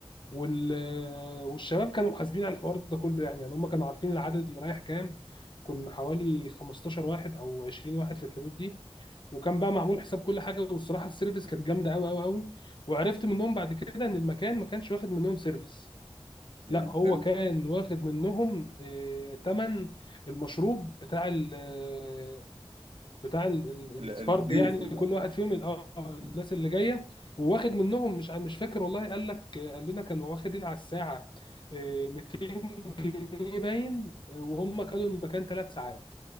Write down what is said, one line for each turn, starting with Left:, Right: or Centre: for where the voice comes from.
Left: وال آه، والشباب كانوا محاسبين على الحوار ده كله يعني يعني هم كانوا عارفين العدد اللي رايح كام كنا حوالي 15 واحد او 20 واحد في الحدود دي وكان بقى معمول حساب كل حاجه والصراحه السيرفيس كانت جامده قوي قوي قوي وعرفت منهم بعد كده ان المكان ما كانش واخد منهم سيرفيس
Right: امم
Left: لا هو
Right: حلو
Left: كان واخد منهم ثمن المشروب بتاع ال- آه، بتاع ال- ال-
Right: ال-
Left: الفرد
Right: الضيوف
Left: يعني
Right: ال-
Left: كل واحد فيهم ال- آه،
Right: مم.
Left: الناس اللي جايه وواخد منهم مش مش فاكر والله قال لك قال لنا كانوا واخدين على الساعه آه، 200 جنيه باين آه، وهم كانوا المكان ثلاث ساعات